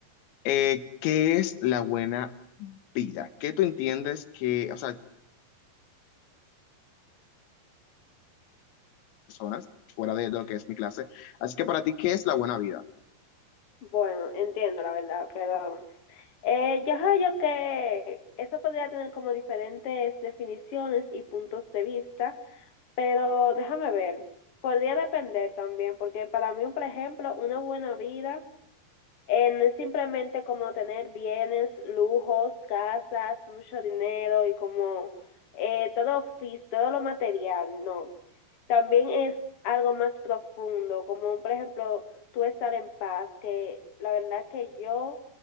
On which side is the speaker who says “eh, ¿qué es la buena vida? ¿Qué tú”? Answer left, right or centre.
Left